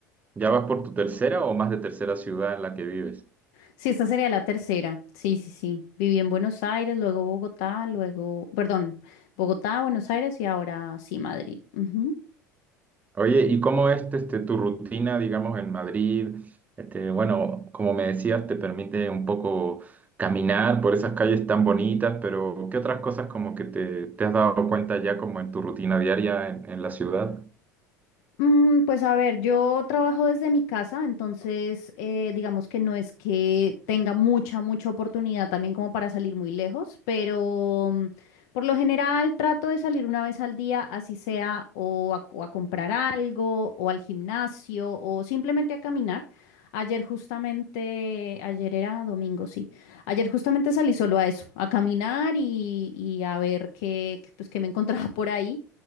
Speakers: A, on the right; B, on the left.
A: ¿ya vas por tu tercera o más de tercera ciudad en la que vives?
B: Sí, esta sería la tercera. Sí, sí, sí. Viví en Buenos Aires, luego Bogotá, luego, perdón, Bogotá, Buenos Aires y ahora sí, Madrid. Ujú.
A: Oye, ¿y cómo es este, tu rutina, digamos, en Madrid? Este, bueno, como me decías, te permite un poco caminar por esas calles tan bonitas, pero ¿qué otras cosas como que te, te has dado cuenta ya como en tu rutina diaria en, en la ciudad?
B: Mm, Pues a ver, yo trabajo desde mi casa, entonces eh, digamos que no es que tenga mucha, mucha oportunidad también como para salir muy lejos, pero mm, por lo general trato de salir una vez al día, así sea o a, o a comprar algo, o al gimnasio, o simplemente a caminar. Ayer justamente, ayer era domingo, sí. Ayer justamente salí solo a eso, a caminar y, y a ver qué, qué, pues, qué me <laughs> encontraba por ahí.